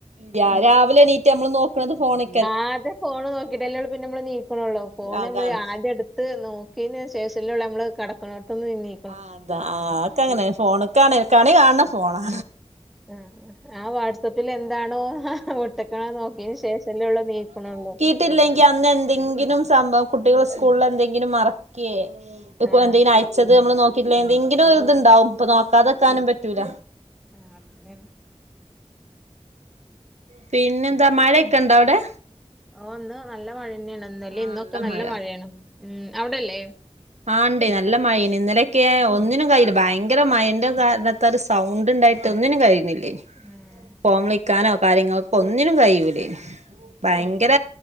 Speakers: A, on the right (about 75°); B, in the centre.
A: രാ രാവിലെ എണീറ്റ് നമള് നോക്കണത് ഫോണ്
B: ആദ്യം ഫോണ് നോക്കിയിട്ടല്ലേയുള്ളൂ പിന്നെ നമ്മള് നിക്കനൊള്ളൂ ഫോണ്
A: അതാണ്
B: നമ്മള് ആദ്യം എടു ത്ത്‌ നോക്കിയേനി ശേഷല്ലേയുള്ളൂ നമ്മള് കിടക്കുന്നിടത്തുനിന്ന് എണീ
A: ആഹ് അത് ആൾക്ക് അങ്ങനെ ഫോണ് കാണ് കണി കാണണം ഫോണാ.
B: ആഹ് ആഹ് വാട്സപ്പിൽ വാട്സ്ആപ്പിൽ എന്താണോ വീട്ടിക്ക്. എനിക്കണേ നോക്കിന് ശേഷയല്ലേ ഉള്ളൂ നിൽക്കണയുള്ളൂ.
A: ട്ടില്ലെങ്കിൽ അന്ന് എന്തെങ്കിലും സംഭവം കുട്ടികളെ സ്കൂളിൽ എന്തെങ്കിലും മറക്കേ. ഇപ്പൊ
B: ആഹ്
A: എന്തെങ്കിലും അയച്ചത് നമ്മള് നോക്കിയില്ല എന്തെങ്കിലും ഇതാണ്ടാവും ഇപ്പൊ നോക്കാതെ വെക്കാനും പറ്റൂല.
B: ആഹ് അതെ.
A: പിന്നെന്താ മഴക്കണ്ടാവടെ
B: ഓ ഇന്ന് നല്ല മഴ തന്നെയാണ് ഇന്നലെയും
A: ആഹ്
B: ഇന്നൊക്കെ നല്ല
A: മഴ
B: മഴയാണ് ഉം അവിടെ അല്ലേ.
A: ആഹ് ഇണ്ട് നല്ല മഴയാണ്, ഇന്നലെയൊക്കെ ഒന്നിനും കഴിയില്ല ഭയങ്കര മഴന്റെ കാരണം. എന്തൊരു സൗണ്ട് ഉണ്ടായിട്ട് ഒന്നിനും കഴിയുന്നില്ലേ
B: ആഹ്
A: ഫോൺ വിളിക്കാനോ. കാര്യങ്ങളെക്കൊന്നിനും കഴിയൂലേന്, ഭയങ്കര